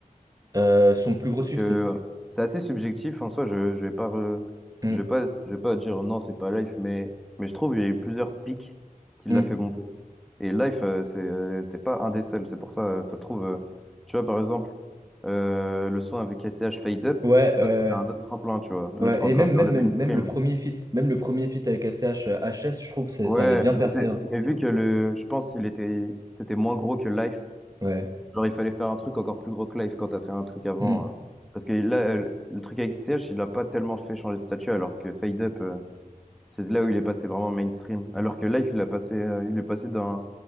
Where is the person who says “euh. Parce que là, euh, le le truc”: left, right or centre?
Centre